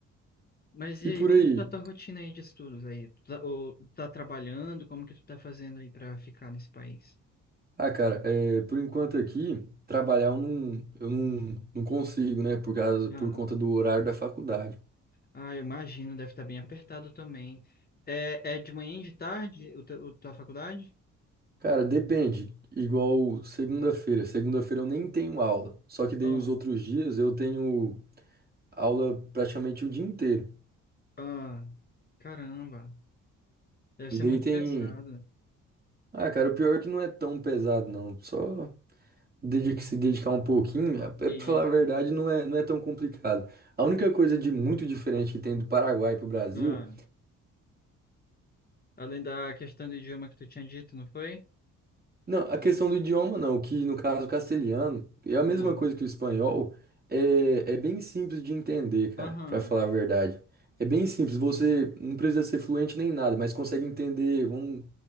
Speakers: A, on the left; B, on the right.
A: Mas e
B: E
A: aí,
B: por
A: como
B: aí?
A: que tá a tua rotina aí de estudos aí? Tu tá, ou tá trabalhando? Como que tu tá fazendo aí para ficar nesse país?
B: Ah, cara, é, por enquanto aqui trabalhar eu não, eu não, não consigo, né? Por causa por
A: Ah,
B: conta do horário da faculdade.
A: ah, eu imagino, deve estar bem apertado também. É, é de manhã e de tarde o teu- o tua faculdade?
B: Cara, depende. Igual segunda-feira. Segunda-feira eu nem tenho aula. Só que daí
A: Ah,
B: os outros dias eu tenho aula praticamente o dia inteiro.
A: ah, caramba. Deve ser
B: E daí
A: muito
B: tem.
A: pesado.
B: Ah, cara, o pior é que não é tão pesado, não. Só dedica se dedicar um pouquinho. É, é,
A: Isso.
B: pra falar a verdade, não é, não é tão complicado. A única coisa de muito diferente que tem do Paraguai pro Brasil.
A: Ah, além da questão do idioma que tu tinha dito, não foi?
B: Não, a questão do idioma não, que no caso o castelhano é a mesma
A: Hum.
B: coisa que o espanhol, é, é bem simples de entender, cara,
A: Aham.
B: pra falar a verdade. É bem simples, você não precisa ser fluente nem nada, mas consegue entender, vamos,